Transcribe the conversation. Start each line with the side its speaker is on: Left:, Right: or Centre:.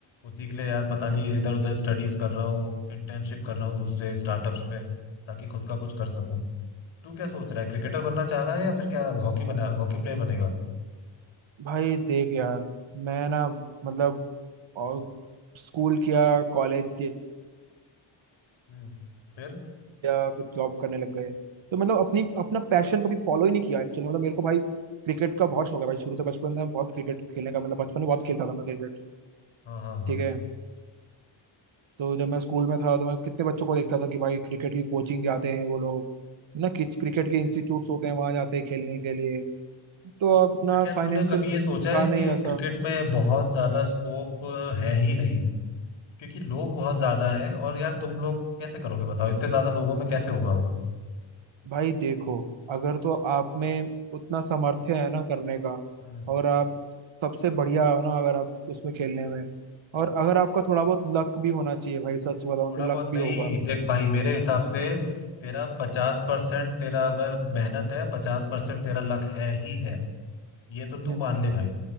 Left: उसी के लिए यार पता नहीं
Right: हम्म।
Left: इधर उधर स्टडीज कर रहा हूँ इंटर्नशिप कर रहा हूँ दूसरे स्टार्टअप्स में ताकि खुद का कुछ कर सकूँ तू क्या सोच रहा है क्रिकेटर बनना चाह रहा है या फिर क्या हॉकी बना हॉकी प्लेयर बनेगा
Right: भाई देख यार मैं ना मतलब और स्कूल किया कॉलेज
Left: हम्म फिर
Right: किया फिर जॉब करने लग गए तो मतलब अपनी अपना पैशन कभी फॉलो ही नहीं किया एक्चुअली मतलब मेरे को भाई क्रिकेट का बहुत शौक है भाई शुरू से बचपन में बहुत क्रिकेट खेलने का मतलब बचपन में बहुत खेलता था मैं क्रिकेट
Left: हाँ हाँ हाँ
Right: ठीक है तो जब मैं स्कूल में था तो मैं कितने बच्चों को देखता था कि भाई क्रिकेट की कोचिंग जाते हैं वो लोग है ना कि क्रिकेट के इंस्टीट्यूट्स होते हैं वहां जाते हैं खेलने के लिए तो अपना
Left: बट यार
Right: फाइनेंशियल
Left: तूने कभी ये सोचा
Right: था
Left: है कि
Right: नहीं वैसा
Left: क्रिकेट में बहुत ज्यादा स्कोप है ही नहीं क्योंकि लोग बहुत ज्यादा हैं और यार तुम लोग कैसे करोगे बताओ इतने ज्यादा लोगों में कैसे होगा वो
Right: भाई देखो अगर तो आप में उतना सामर्थ्य है ना करने का
Left: हम्म।
Right: और आप सबसे बढ़िया हो ना अगर आप उसमें खेलने में और अगर आपका थोड़ा बहुत लक भी होना चाहिए भाई सच बताऊं
Left: थोड़ा
Right: तो
Left: बहुत
Right: लक भी
Left: नहीं
Right: होगा
Left: देख भाई मेरे हिसाब से तेरा पचास परसेंट तेरा अगर मेहनत है पचास परसेंट तेरा लक है ही है ये तो तू
Right: हम्म
Left: मान ले भाई